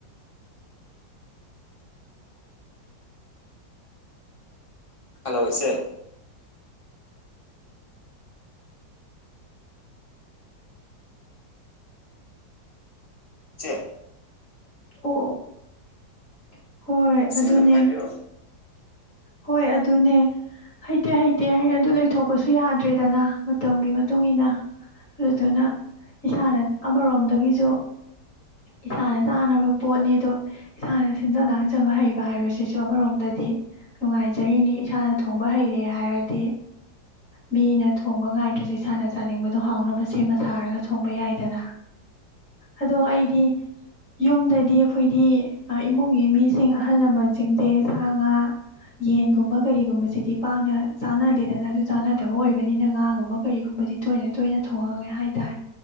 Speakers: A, on the left; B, on the left.
A: ꯍꯜꯂꯣ ꯏꯆꯦ? ꯏꯆꯦ
B: ꯑꯣ ꯑꯣ ꯍꯣꯏ
A: ꯏꯆꯦ
B: ꯑꯗꯨꯅꯦ
A: ꯑꯗꯨꯝ ꯍꯥꯏꯕꯤꯔꯣ꯫
B: ꯍꯣꯏ ꯑꯗꯨꯅꯦ ꯍꯩꯇꯦ ꯍꯩꯇꯦ ꯍꯥꯏ ꯑꯗꯨ ꯂꯩꯊꯣꯛꯄꯁꯨ ꯌꯥꯗ꯭ꯔꯦꯗꯅ ꯃꯇꯝꯒꯤ ꯃꯇꯨꯡ ꯏꯟꯅ ꯑꯗꯨꯗꯨꯅ ꯏꯁꯥꯅ ꯑꯃꯔꯣꯝꯗꯒꯤꯁꯨ ꯏꯁꯥꯅ ꯆꯥꯅꯕ ꯄꯣꯠꯅꯤ ꯑꯗꯣ ꯏꯁꯥꯅ ꯁꯤꯟꯖ ꯂꯥꯡꯖꯕ ꯍꯩꯕ ꯍꯥꯏꯕꯁꯤꯁꯨ ꯑꯃꯔꯣꯝꯗꯗꯤ ꯅꯨꯡꯉꯥꯏꯖꯔꯤꯅꯤ ꯏꯁꯥꯅ ꯊꯣꯡꯕ ꯍꯩꯔꯦ ꯍꯥꯏꯔꯗꯤ ꯃꯤꯅ ꯊꯣꯡꯕ ꯉꯥꯏꯗ꯭ꯔꯁꯨ ꯏꯁꯥꯅ ꯆꯥꯅꯤꯡꯕꯗꯣ ꯍꯥꯎꯅꯕ ꯁꯦꯝꯃ ꯁꯥꯔꯒ ꯊꯣꯡꯕ ꯌꯥꯏꯗꯅ ꯑꯗꯣ ꯑꯩ ꯌꯨꯝꯗꯗꯤ ꯑꯩꯈꯣꯏꯗꯤ ꯏꯃꯨꯡꯒꯤ ꯃꯤꯁꯤꯡ ꯑꯍꯜ ꯂꯃꯟꯁꯤꯡꯁꯦ ꯁꯥ ꯉꯥ ꯌꯦꯟꯒꯨꯝꯕ ꯀꯔꯤꯒꯨꯝꯕꯁꯤꯗꯤ ꯄꯥꯛꯅ ꯆꯥꯅꯗꯦꯗꯅ ꯑꯗꯨ ꯆꯥꯅꯗꯕ ꯑꯣꯏꯕꯅꯤꯅ ꯉꯥꯒꯨꯝꯕ ꯀꯔꯤꯒꯨꯝꯕꯗꯤ ꯇꯣꯏꯅ ꯇꯣꯏꯅ ꯊꯣꯡꯉꯒꯦ ꯍꯥꯏꯇꯥꯔꯦ